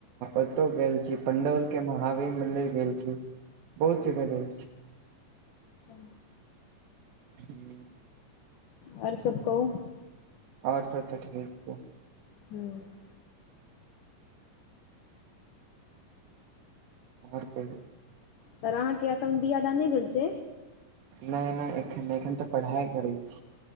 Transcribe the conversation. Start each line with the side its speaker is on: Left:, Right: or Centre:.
Right: ओतौ गेल छी, पंडौल के महावीर मंदिर गेल छी, बहुत जगह गेल छै।
Left: अच्छा।
Right: हूँ।
Left: आओर सभ कहू।
Right: आओर सभ तऽ ठीक छै।
Left: हूँ।
Right: आरै
Left: तर अहाँकेँ एखन बिआदान नहि भेल छै।
Right: नहि, नहि एखन नहि एखन तऽ पढ़ाइ करै छै।